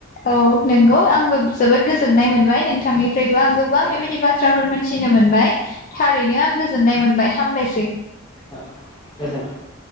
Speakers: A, on the left (about 40°); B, on the left (about 20°).
A: औ नंगौ आंबो जोबोद गोजोननाय मोनबाय नोंथांनि ओफ्रायबो आं गोबां
B: औ
A: बेबायदि बाथ्राफोर मोनथि थिनो मोनबाय थारैनो आं गोजोननाय मोनबाय हामबायसै ।
B: आ गोजोन्थों ।